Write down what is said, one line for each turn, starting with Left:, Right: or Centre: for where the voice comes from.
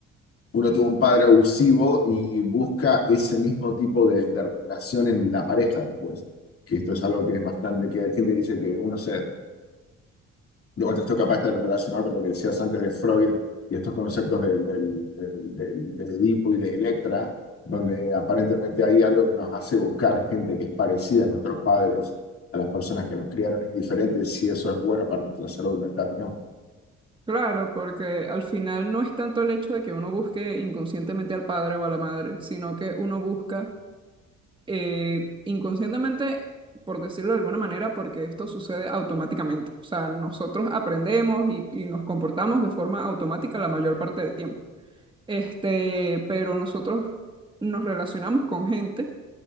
Left: uno tuvo un padre abusivo y busca ese mismo tipo de, de relación en la pareja después. Que esto es algo que es bastante, que la gente dice que uno se de vuelta esto capaz está relacionado con lo que decías antes de Freud y estos conceptos del, del, del- del- de Edipo y de Electra, donde aparentemente hay algo que nos hace buscar gente que es parecida a nuestros padres, a las personas que nos criaron indiferentes, si eso es bueno para nuestra salud mental o no.
Right: claro, porque al final no es tanto el hecho de que uno busque inconscientemente al padre o a la madre, sino que uno busca eh, inconscientemente, por decirlo de alguna manera, porque esto sucede automáticamente. O sea, nosotros aprendemos y, y nos comportamos de forma automática la mayor parte del tiempo. Este, pero nosotros nos relacionamos con gente